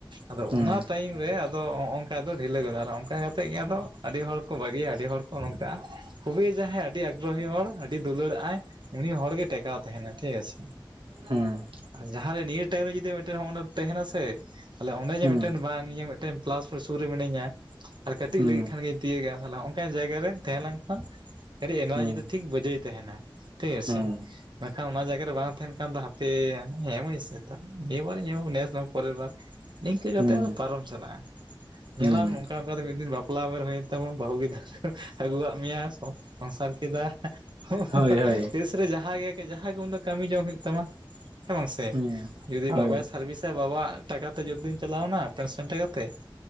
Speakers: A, on the right; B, on the right.
A: ᱟᱫᱚ
B: ᱦᱩᱸ ᱦᱩᱸ
A: ᱚᱱᱟ ᱴᱟᱭᱤᱢ ᱨᱮ ᱟᱫᱚ ᱚᱝᱠᱟ ᱫᱚ ᱰᱷᱤᱞᱟᱹ ᱜᱚᱫᱚᱜ-ᱟ ᱚᱱᱠᱟ ᱠᱟᱛᱮᱫ ᱜᱮ ᱟᱫᱚ ᱟᱹᱰᱤ ᱦᱚᱲ ᱠᱚ ᱵᱟᱹᱜᱤᱭᱟ ᱟᱹᱰᱤ ᱦᱚᱲᱼᱼ ᱱᱚᱜᱼᱚ ᱱᱚᱝᱠᱟ ᱠᱷᱩᱵᱤ ᱡᱟᱦᱟᱭ ᱟᱹᱰᱤ ᱟᱵᱤᱼᱼ ᱟᱜᱨᱚᱦᱤ ᱦᱚᱲ ᱟᱹᱰᱤ ᱫᱩᱞᱟᱹᱲᱟᱜᱼᱟᱭ ᱩᱱᱤ ᱦᱚᱲ ᱜᱮ ᱴᱮᱠᱟᱣ ᱛᱟᱦᱮᱱᱟᱭ ᱴᱷᱤᱠ ᱟᱪᱷᱮ᱾
B: ᱦᱩᱸ᱾
A: ᱟᱨ ᱡᱟᱦᱟᱸᱨᱮ ᱱᱤᱭᱟᱹ ᱴᱟᱭᱤᱢ ᱨᱮ ᱡᱩᱫᱤ ᱢᱤᱫᱴᱮᱱ ᱛᱟᱦᱮᱱᱟᱥᱮᱼᱼ ᱛᱟᱦᱚᱞᱮ ᱚᱱᱮ ᱡᱮ
B: ᱦᱩᱸ
A: ᱢᱤᱫᱴᱮᱱ ᱵᱟᱝ ᱤᱭᱟᱹ ᱢᱤᱫᱴᱮᱱ ᱯᱞᱟᱥ ᱯᱚᱭᱮᱱᱴ ᱥᱩᱨ ᱨᱮ ᱢᱤᱱᱟᱹᱧᱟ ᱟᱨ ᱠᱟᱹᱴᱤᱡ
B: ᱦᱩᱸ
A: ᱞᱟᱹᱭ ᱞᱮᱠᱷᱟᱱᱜᱤᱼᱼ ᱛᱤᱭᱟᱹᱜᱼᱟ ᱛᱟᱦᱚᱞᱮ ᱚᱱᱠᱟᱟᱱ ᱡᱟᱭᱜᱟ ᱨᱮ ᱛᱟᱦᱮᱸ ᱞᱮᱱᱠᱷᱟᱱᱼᱼ ᱠᱟᱹᱴᱤᱡ ᱮᱱᱟᱨᱡᱤ
B: ᱦᱩᱸ
A: ᱫᱚ
B: ᱦᱩᱸ
A: ᱴᱷᱤᱠ ᱵᱟᱹᱡᱟᱹᱭ ᱛᱟᱦᱮᱱᱟ ᱴᱷᱤᱠ ᱟᱪᱷᱮ
B: ᱦᱩᱸ
A: ᱾ ᱵᱟᱝᱠᱷᱟᱱ ᱚᱱᱟ ᱡᱟᱭᱜᱟ ᱨᱮ ᱵᱟᱝ ᱛᱟᱦᱮᱱ ᱠᱷᱟᱱ ᱫᱚ ᱦᱟᱯᱮ ᱮᱢᱟᱹᱧ ᱥᱮ ᱱᱤᱭᱟᱹ ᱵᱟᱨ ᱤᱧ ᱮᱢᱼᱟ ᱱᱮᱥ ᱫᱚ ᱵᱟᱝ ᱯᱚᱨᱮᱨᱵᱟᱨᱼᱼ ᱱᱤᱝᱠᱟᱹ ᱠᱟᱛᱮᱜ
B: ᱦᱩᱸ
A: ᱟᱫᱚ ᱯᱟᱨᱚᱢ ᱪᱟᱞᱟᱜᱼᱟ ᱾ ᱧᱮᱞ
B: ᱦᱩᱸ
A: ᱟᱢ ᱚᱱᱠᱟ ᱚᱱᱠᱟᱛᱮ ᱢᱤᱫ ᱫᱤᱱ ᱵᱟᱯᱞᱟ ᱩᱢᱮᱨ ᱦᱩᱭᱮᱱ ᱛᱟᱢᱟ ᱵᱟᱹᱦᱩ ᱜᱤᱫᱟᱹᱨᱼᱼ ᱟᱹᱜᱩᱣᱟᱜ ᱢᱮᱭᱟ ᱥᱚᱝᱥᱟᱨ ᱠᱮᱫᱟᱼ ᱼ <unintelligible>
B: ᱦᱳᱭ ᱦᱳᱭ
A: ᱨᱮ ᱡᱟᱦᱟᱸ ᱜᱮ ᱠᱟᱹᱪ ᱡᱟᱦᱟ ᱜᱮ ᱩᱱ ᱫᱚ ᱠᱟᱹᱢᱤ ᱡᱚᱢ ᱦᱩᱭᱩᱜ ᱛᱟᱢᱟ ᱼᱼ ᱦᱮᱸ ᱵᱟᱝ ᱥᱮ
B: ᱦᱩᱸ
A: ᱡᱩᱫᱤ
B: ᱦᱳᱭ
A: ᱵᱟᱵᱟᱭ ᱥᱟᱨᱵᱷᱤᱥᱟ ᱵᱟᱵᱟᱣᱟᱜ ᱴᱟᱠᱟᱼᱼ ᱛᱮ ᱡᱳᱫ ᱫᱤᱱ ᱪᱟᱞᱟᱣᱱᱟ ᱯᱮᱱ ᱥᱚᱱ ᱴᱟᱠᱟ ᱛᱮᱼᱼ